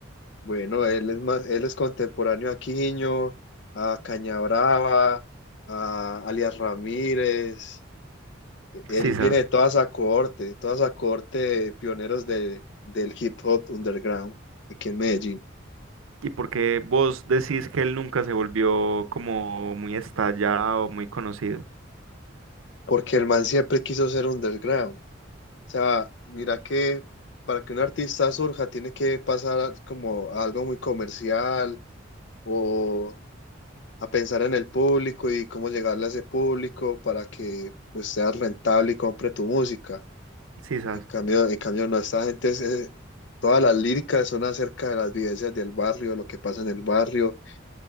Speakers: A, on the left; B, on the right.
A: Bueno, él es más, él es contemporáneo a Quiño, a Cañabrava, a Alias Ramírez. Él
B: Sí,
A: viene
B: sabes.
A: de toda esa cohorte, de toda esa cohorte de pioneros de, del hip hop underground aquí en Medellín.
B: ¿Y por qué vos decís que él nunca se volvió como muy estallado, muy conocido?
A: Porque el man siempre quiso ser underground. O sea, mira que para que un artista surja tiene que pasar como a algo muy comercial o a pensar en el público y cómo llegarle a ese público para que pues, seas rentable y compre tu música.
B: Sí, sabes.
A: En cambio, en cambio no, esta gente, es- es- todas las líricas son acerca de las vivencias del barrio, lo que pasa en el barrio